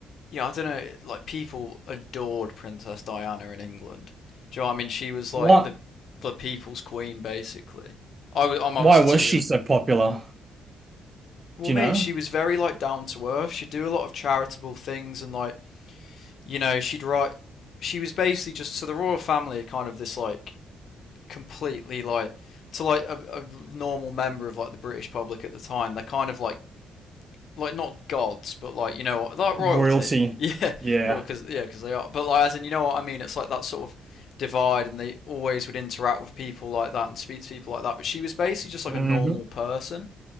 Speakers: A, on the left (about 60°); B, on the right (about 25°).
A: yeah, I don't know, like people adored Princess Diana in England. Do you know what I mean? She was
B: Why?
A: like the the people's queen basically. I was, I'm
B: Why
A: obviously
B: was
A: too young.
B: she so popular?
A: Well,
B: Do
A: mate,
B: you know?
A: she was very like down to earth. She'd do a lot of charitable things, and like you know, she'd write. She was basically just so the royal family are kind of this like completely like to like a, a normal member of like the British public at the time. They're kind of like like not gods, but like you know what, like royalty.
B: Royalty.
A: <laughs> Yeah,
B: Yeah.
A: well, because yeah, cause they are. But like as in you know what I mean. It's like that sort of divide, and they always would interact with people like that and speak to people like that. But she was basically just like
B: hmm
A: a normal person.